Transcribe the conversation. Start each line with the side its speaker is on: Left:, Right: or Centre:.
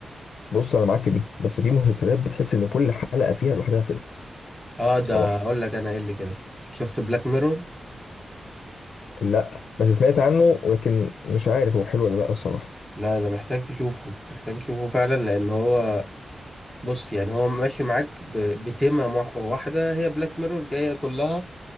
Left: بص أنا معاك في دي بس في مسلسلات بتحس إن كل حلقة فيها لوحدها فيلم
Centre: اه ده
Left: بصراحة
Centre: اقول لك انا ايه اللي كده شفت بلاك ميرور
Left: لا بس سمعت عنه ولكن مش عارف هو حلو ولا لا الصراحة
Centre: لا لا محتاج تشوفه محتاج تشوفه فعلا لان هو بص يعني هو ماشي معاك ب- بتيمة مح- واحدة هي بلاك ميرور جاية كلها